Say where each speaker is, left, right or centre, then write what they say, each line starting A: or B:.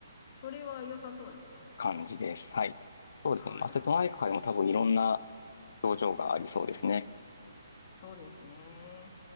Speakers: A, on the left; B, on the left.
A: それは良さそうですね。
B: 感じです。はい。そうですね。
A: はい。
B: まあ、瀬戸内海も多分いろんな表情がありそうですね。
A: そうですね。